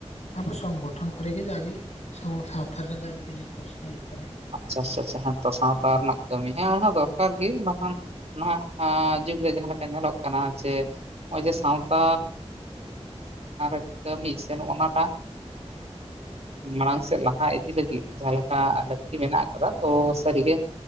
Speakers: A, on the left; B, on the right.
A: ᱟᱵᱚ ᱥᱚᱝᱜᱚᱴᱷᱚᱱ ᱠᱚᱨᱮ ᱜᱮ ᱡᱟᱜᱮ᱾ ᱥᱟᱶᱛᱟ ᱨᱮᱱᱟᱜ ᱡᱟᱜᱮ ᱱᱤᱛ ᱯᱚᱥᱱᱚ ᱦᱩᱭᱩᱜ ᱠᱟᱱᱟ᱾
B: ᱟᱪᱪᱷᱟᱻ ᱟᱪᱪᱷᱟᱻ ᱟᱪᱪᱷᱟᱻ ᱦᱮᱛᱚ ᱥᱟᱶᱛᱟ ᱨᱮᱱᱟᱜ ᱠᱟᱹᱢᱤ ᱦᱮᱸ ᱚᱱᱟ ᱫᱚᱨᱠᱟᱨ ᱜᱮ ᱵᱟᱝᱠᱷᱟᱱ ᱱᱟᱦᱟᱜ ᱡᱩᱜᱽᱨᱮ ᱡᱟᱦᱟᱸ ᱞᱮᱠᱟ ᱧᱮᱞᱚᱜ ᱠᱟᱱᱟ ᱡᱮ ᱱᱚᱜᱼᱚᱭ ᱡᱮ ᱥᱟᱶᱛᱟ᱾ ᱚᱱᱟ ᱠᱟᱹᱢᱤ ᱥᱮ ᱱᱚᱜ ᱱᱟᱴᱟᱜ <inaudible> ᱢᱟᱲᱟᱝ ᱥᱮᱫ ᱞᱟᱦᱟ ᱤᱫᱤ ᱞᱟᱹᱜᱤᱫ ᱡᱟᱦᱟᱸᱮ ᱞᱮᱠᱟ ᱞᱟᱹᱠᱛᱤ ᱢᱮᱱᱟᱜ ᱟᱠᱟᱫᱟ ᱛᱚ ᱥᱟᱹᱨᱤᱜᱮ